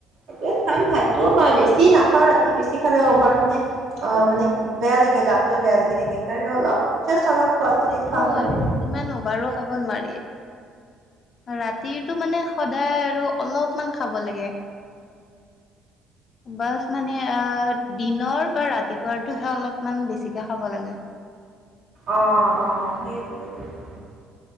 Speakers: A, on the right; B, on the left.
A: এতিয়া খাম ভাতটো বা বেছি নাখাও ৰাতি বেছি খালে অভাৰ মানে অ মানে বেয়া লাগে গাটোৱে বেয়া লাগি থাকে সকাৰণে অলপ জাষ্ট অলপ কোৱানটিটিত
B: সেইটো
A: খাম
B: হয়
A: আৰু।
B: ইমান অভাৰো খাব নোৱাৰি ৰাতিটো মানে সদায় আৰু অলপমান খাব লাগে বাছ মানে আহ দিনৰ বা ৰাতিপুৱাৰটোহে অলপমান বেছিকে খাব লাগে।
A: অ', অ', সেইটোৱে সেইটোৱে।